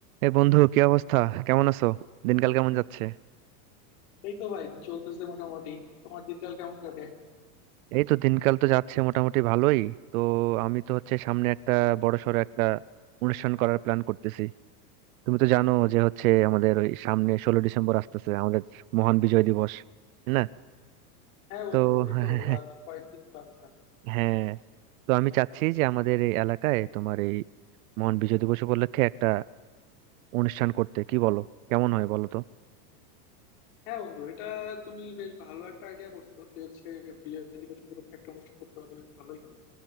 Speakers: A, on the right; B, on the left.
A: এ বন্ধু কি অবস্থা কেমন আছো দিনকাল কেমন যাচ্ছে
B: এই তো ভাই চলতেছে মোটামুটি তোমার দিনকাল কেমন কাটে
A: এই তো দিনকাল তো যাচ্ছে মোটামুটি ভালোই তো আমি তো হচ্ছে সামনে একটা বড় সড়ো একটা অনুষ্ঠান করার প্ল্যান করতেছি তুমি তো জানো যে হচ্ছে আমাদের ওই সামনে ষোলো ডিসেম্বর আসতেছে আমাদের মহান বিজয় দিবস তাই না
B: হ্যাঁ বন্ধু
A: তো
B: এই
A: <laughs>
B: তো আর কয়েকদিনই তো আছে হাতে
A: হ্যাঁ তো আমি চাচ্ছি যে আমাদের এই এলাকায় তোমার এই মহান বিজয় দিবস উপলক্ষে একটা অনুষ্ঠান করতে কি বলো কেমন হয় বলো তো
B: হ্যাঁ বন্ধু এটা তুমি বেশ ভালো একটা আইডিয়া করছো যে হচ্ছে বিজয় দিবস উপলক্ষে একটা অনুষ্ঠান করতে পারলে বেশ ভালোই হয়